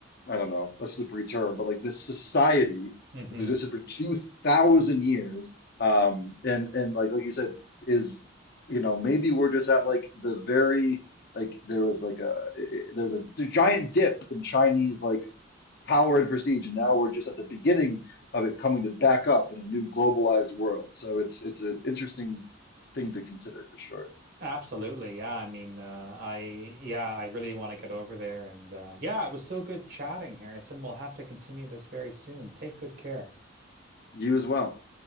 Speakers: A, on the left; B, on the right.
A: I don't know, that's a slippery term, but like this society
B: Mhm.
A: that's existed for two thousand years, um, and and like like you said, is you know maybe we're just at like the very like there was like a it- there's a the giant dip in Chinese like power and prestige, and now we're just at the beginning of it coming to back up in a new globalized world. So it's it's an interesting thing to consider for sure.
B: Absolutely. Yeah. I mean, uh, I, yeah, I really want to get over there. And uh, yeah, it was so good chatting, Harrison. We'll have to continue this very soon. Take good care.
A: You as well.